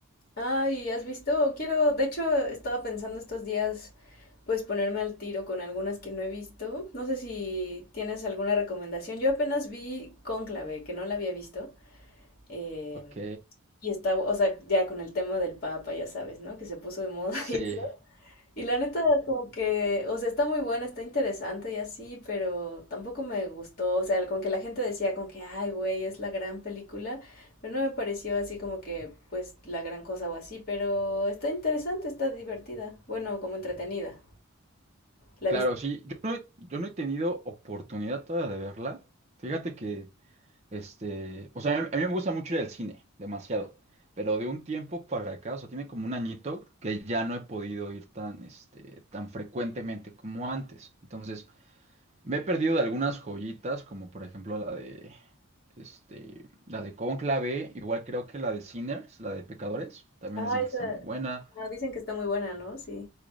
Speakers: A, on the left (about 45°); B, on the right (about 30°).
A: Ay, ¿has visto? Quiero, de hecho, estaba pensando estos días, pues ponerme al tiro con algunas que no he visto. No sé si tienes alguna recomendación. Yo apenas vi Cónclave, que no la había visto. em,
B: Ok,
A: y estaba, o sea, ya con el tema del Papa, ya sabes, ¿no? Que se puso de moda <laughs>
B: Sí,
A: y eso. Y la neta, como que, o sea, está muy buena, está interesante y así, pero tampoco me gustó. O sea, como que la gente decía como que, ay, güey, es la gran película, pero no me pareció así como que, pues, la gran cosa o así, pero está interesante, está divertida. Bueno, como entretenida. ¿La
B: claro,
A: viste?
B: sí. Yo no, he- yo no he tenido oportunidad todavía de verla. Fíjate que Este, o sea, a mí a mí me gusta mucho ir al cine, demasiado. Pero de un tiempo para acá, o sea, tiene como un añito que ya no he podido ir tan, este, tan frecuentemente como antes. Entonces, me he perdido de algunas joyitas, como por ejemplo la de, este, la de Cónclave, igual creo que la de Sinners, la de Pecadores, también
A: Ah,
B: dicen
A: esa.
B: que está muy buena.
A: ajá, dicen que está muy buena, ¿no? Sí.